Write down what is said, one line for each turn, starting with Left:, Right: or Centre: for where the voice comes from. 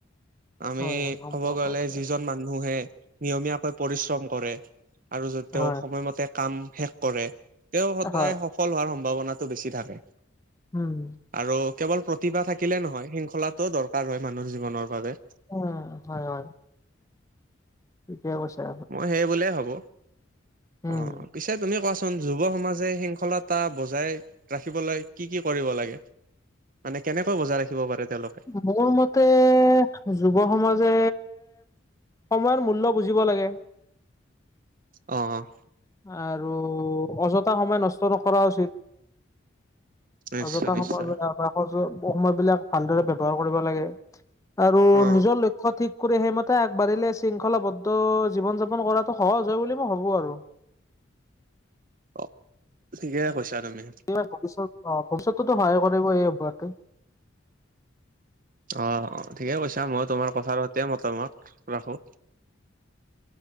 Right: আমি
Left: হয় হয় সম্পৰ্ক
Right: ক'ব গ'লে
Left: আছে।
Right: যিজন মানুহে নিয়মীয়াকৈ পৰিশ্ৰম কৰে আৰু য'ত তেওঁ
Left: হয়
Right: সময়মতে কাম শেষ কৰে, তেওঁ সদায়
Left: হয়।
Right: ফল হোৱাৰ সম্ভাৱনাটো বেছি থাকে।
Left: উম।
Right: আৰু কেৱল প্ৰতিভা থাকিলে নহয়, শৃংখলাটোও দৰকাৰ হয় মানুহৰ জীৱনৰ বাবে।
Left: উ হয় হয়। ঠিকে কৈছা।
Right: মই সেই বোলে হ'ব,
Left: উম।
Right: অ' পিছে তুমি কোৱাচোন। যুৱ সমাজে শৃংখলতা বজাই ৰাখিবলৈ কি কি কৰিব লাগে? মানে কেনেকৈ বজাই ৰাখিব পাৰে তেওঁলোকে?
Left: মোৰ মতে, যুৱ সমাজে সময়ৰ মূল্য বুজিব লাগে।
Right: অ'।
Left: আৰু অযথা সময় নষ্ট নকৰা উচিত।
Right: নিশ্চয়
Left: অযথা
Right: নিশ্চয়
Left: সময়ব স সময় বিলাক ভালদৰে ব্যৱহাৰ কৰিব লাগে। আৰু
Right: অ'।
Left: নিজৰ লক্ষ ঠিক কৰি সেইমতে আগবাঢ়িলে শৃংখলাবদ্ধ জীৱন যাপন কৰাটো সহজ হয় বুলি মই ভাবো আৰু।
Right: অ', ঠিকে কৈছা তুমি।
Left: ইয়াৰ ভৱিষ্যত অ ভৱিষ্যতটোতো সহায় কৰিবৈ এই অভ্যাসে।
Right: অ, অ, ঠিকে কৈছা মই তোমাৰ কথা এতিয়াই মতামত ৰাখো।